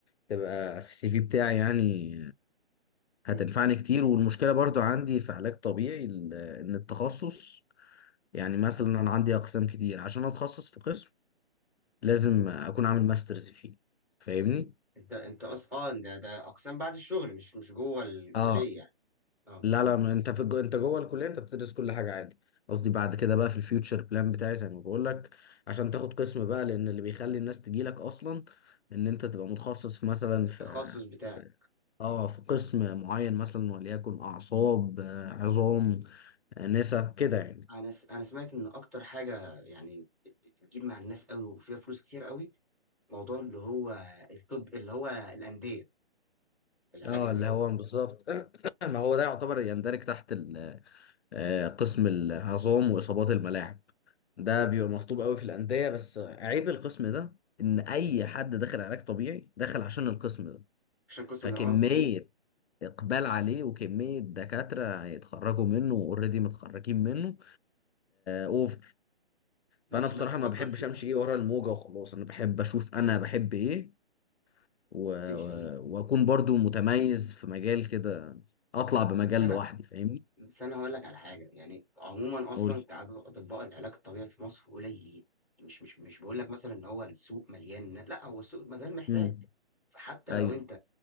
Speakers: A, on the left; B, in the centre.
A: تبقى في السي في بتاعي يعني هتنفعني
B: أمم،
A: كتير والمشكلة برضو عندي في علاج طبيعي ال- ان التخصص يعني مثلا انا عندي اقسام كتير عشان اتخصص في قسم لازم
B: أمم.
A: اكون عامل ماسترز فيه فاهمني
B: انت انت اصلا اه ده ده اقسام بعد الشغل مش مش جوه الكلية
A: اه
B: يعني اه
A: لا لا ما انت في الجو... انت جوه الكليه انت بتدرس كل حاجه عادي قصدي بعد كده بقى في الفيوتشر بلان بتاعي زي ما بقول لك عشان تاخد قسم بقى لان اللي بيخلي الناس تجي لك اصلا ان انت تبقى متخصص في مثلا
B: التخصص
A: في
B: بتاعك
A: اه في قسم معين مثلا وليكن اعصاب آه، عظام آه، نسا كده يعني
B: انا س... انا سمعت ان اكتر حاجه يعني بت- بتجيب مع الناس قوي وفيها فلوس كتير قوي موضوع اللي هو الطب اللي هو الانديه العلاج
A: اه
B: الرياضي
A: اللي هو بالظبط <clears throat> ما هو ده يعتبر يندرج تحت ال- آه، قسم العظام واصابات الملاعب ده
B: امم
A: بيبقى مطلوب قوي في الانديه بس عيب القسم ده ان اي
B: امم
A: حد داخل علاج طبيعي داخل عشان القسم ده
B: عشان قسم
A: فكميه
B: ده اه اكيد
A: اقبال عليه وكميه دكاتره هيتخرجوا منه واوريدي متخرجين منه اوف
B: ماشي
A: فانا بصراحه
B: بس فكر
A: ما بحبش
B: فيها
A: امشي ايه ورا الموجه وخلاص انا بحب اشوف انا بحب ايه و...
B: وتمشي
A: و-
B: فيه
A: واكون برضو متميز في مجال كده اطلع بمجال
B: بس انا
A: لوحدي فاهمني
B: بس انا هقول لك على حاجه يعني عموما اصلا
A: قول
B: كعدد اطباء العلاج الطبيعي في مصر قليلين مش مش مش بقول لك مثلا ان هو السوق مليان لا هو السوق ما زال محتاج
A: امم
B: فحتى
A: ايوه
B: لو انت